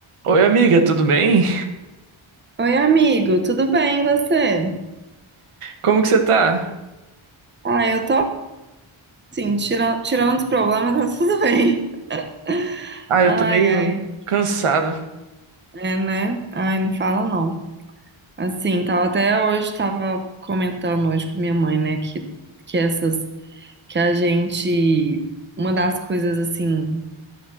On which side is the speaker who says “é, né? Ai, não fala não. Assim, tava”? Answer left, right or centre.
Right